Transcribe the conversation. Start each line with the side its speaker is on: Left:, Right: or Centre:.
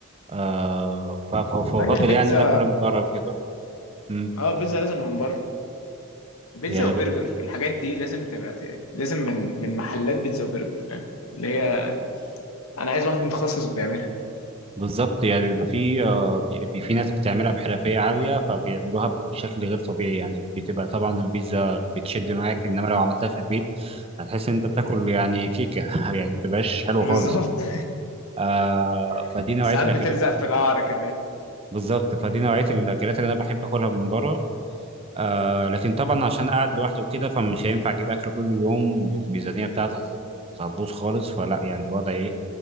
Right: آه ف- ف- فبفضل
Left: هي البيتزا
Right: يعني ان انا اكلها من بره وكده مم.
Left: اه البيتزا لازم من بره بيتزا
Right: يعني
Left: وبرجر الحاجات دي لازم تبقى ت- لازم من من محلات بيتزا وبرجر فاهم اللي هي انا عايز واحد متخصص بيعملها
Right: بالظبط يعني بيبقى في آه، بيبقى في ناس بتعملها بحرفية عالية فبيعملوها بشكل غير طبيعي يعني بتبقى طبعا البيتزا بتشد معاك انما لو عملتها في البيت هتحس ان انت بتاكل يعني كيكة <laughs> يعني ما بتبقاش حلوة
Left: بالظبط
Right: خالص آه
Left: <laughs>
Right: فدي نوعية
Left: ساعات
Right: الأكلات
Left: بتلزق في القعر كمان
Right: بالظبط فدي نوعية الأكلات اللي أنا بحب أكلها من بره آه لكن طبعا عشان قاعد لوحدي وكده فمش هينفع أجيب أكل كل يوم الميزانية بتاعتي هت- هتبوظ خالص فلا يعني الوضع إيه